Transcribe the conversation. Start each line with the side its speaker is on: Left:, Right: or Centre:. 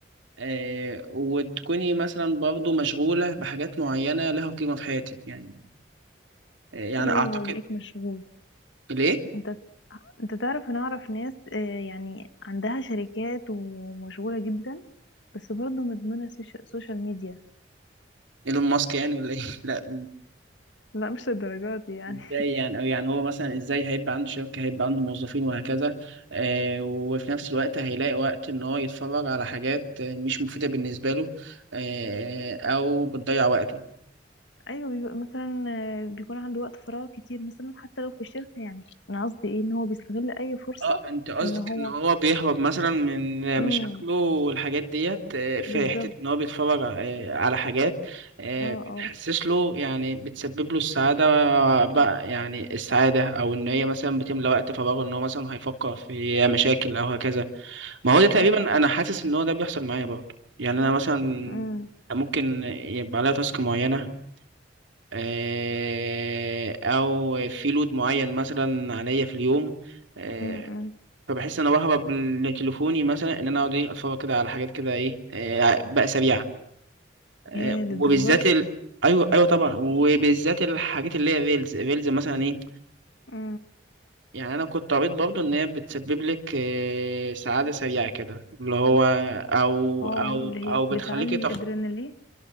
Right: آه، وتكوني مثلا برضو مشغوله بحاجات معينه لها قيمه في حياتك يعني آه،
Left: حتى
Right: يعني
Left: لو
Right: اعتقد
Left: بقيت مشغول
Right: ليه
Left: انت انت تعرف انا اعرف ناس آه، يعني عندها شركات ومشغولة جدا بس برضه مدمنة سيش- سوشيال ميديا
Right: ايلون ماسك يعني ولا ايه <laughs> لا
Left: لا مش للدرجات دي يعني
Right: ازاي
Left: <laughs>
Right: يعني او يعني هو مثلا ازاي هيبقى عنده شركة هيبقى عنده موظفين وهكذا آه وفي نفس الوقت هيلاقي وقت ان هو يتفرج على حاجات آه، مش مفيدة بالنسبة له آه او بتضيع وقته
Left: ايوه بيبقى مثلا آه، بيكون عنده وقت فراغ كتير مثلا حتى لو في الشركة يعني انا قصدي ايه ان هو بيستغل اي فرصة
Right: اه انت قصدك
Left: ان هو
Right: ان هو بيهرب مثلا من
Left: امم
Right: مشاكله والحاجات ديت آه، في
Left: بالظبط
Right: حتة ان هو بيتفرج آه، على حاجات آه،
Left: اه
Right: بتحسس
Left: اه
Right: له يعني بتسبب له السعادة بقى يعني السعادة او ان هي مثلا بتملى وقت فراغه ان هو مثلا هيفكر في مشاكل او هكذا ما هو ده تقريبا
Left: لا
Right: انا حاسس ان هو ده بيحصل معايا برضه يعني انا مثلا
Left: امم
Right: ممكن يبقى عليا تاسك معينه آه، او في لود معين مثلا عليا في اليوم آه،
Left: امم
Right: فبحس ان انا بهرب لتليفوني مثلا ان انا اقعد ايه اتفرج كده على حاجات كده ايه آه، بقى سريعه آه،
Left: يا للدرجات
Right: وبالذات ال... ايوه ايوه طبعا وبالذات الحاجات اللي هي ريلز ريلز مثلا ايه
Left: دي
Right: يعني انا كنت قريت برضه ان هي بتسبب لك آه، سعاده سريعه كده اللي هو او
Left: اه
Right: او
Left: اللي
Right: او
Left: هي
Right: بتخليكي
Left: بتعلي الادرينالين
Right: تفكر